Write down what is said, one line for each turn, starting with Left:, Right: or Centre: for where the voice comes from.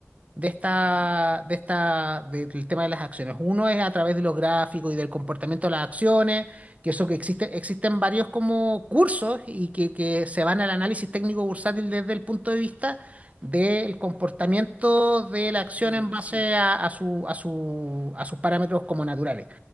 Right: de esta,
Left: Ajá.
Right: de esta, de- del tema de las acciones. Uno es a través de los gráficos y del comportamiento de las acciones, que eso que existe, existen varios como cursos y que, que se van al análisis técnico bursátil desde el punto de vista del comportamiento de la acción
Left: de
Right: en
Left: la acción
Right: base a, a su, a su, a sus parámetros como naturales.